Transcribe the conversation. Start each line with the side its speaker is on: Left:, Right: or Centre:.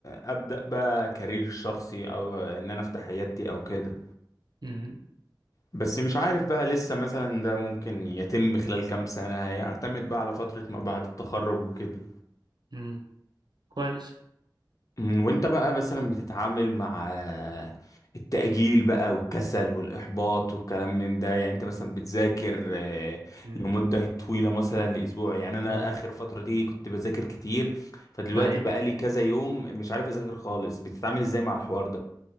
Left: ابدا بقى كارير شخصي او ان انا افتح عيادتي او كده
Right: مم.
Left: بس مش
Right: كوي-
Left: عارف بقى لسه مثلا ده ممكن يتم خلال كام سنة هيعتمد بقى على فترة ما بعد التخرج وكده
Right: مم. كويس
Left: أمم، وانت بقى مثلا بتتعامل مع التأجيل بقى والكسل والإحباط والكلام من ده يعني انت مثلا بتذاكر آه،
Right: مم.
Left: لمدة طويلة مثلا لأسبوع يعني انا
Right: أيوة
Left: آخر فترة دي كنت بذاكر كتير فدلوقتي
Right: أيوة
Left: بقى لي كذا يوم مش عارف أذاكر خالص بتتعامل ازاي مع الحوار